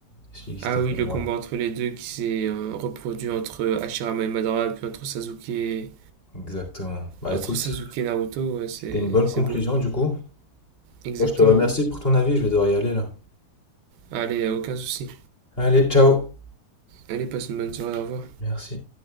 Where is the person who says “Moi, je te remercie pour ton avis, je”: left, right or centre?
Left